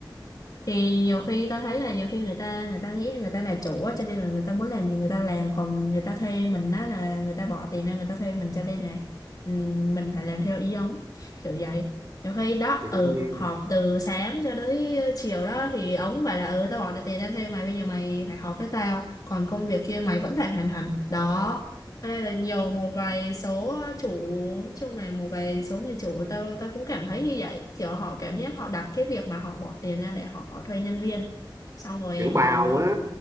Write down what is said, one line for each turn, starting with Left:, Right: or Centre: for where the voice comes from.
Left: thì nhiều khi tao thấy là nhiều khi người ta người ta nghĩ người ta là chủ á cho nên là người ta muốn làm gì người ta làm còn người ta thuê mình á là người ta bỏ tiền ra người ta thuê mình cho nên là ừm, mình phải làm theo ý ông kiểu vậy nhiều khi đó
Right: thì đương
Left: ừ
Right: nhiên
Left: họp
Right: rồi
Left: từ sáng cho tới chiều đó thì ông phải là ừ tao bỏ ra tiền ra thuê mày bây giờ mày phải họp với tao còn công việc kia mày vẫn phải hoàn thành đó ở đây là nhiều một vài số ờ, chủ nói chung là một vài số người chủ tao tao cũng cảm thấy như vậy kiểu họ cảm giác họ đặt cái việc mà họ bỏ tiền ra để họ thuê nhân viên xong rồi
Right: kiểu
Left: họ
Right: bào á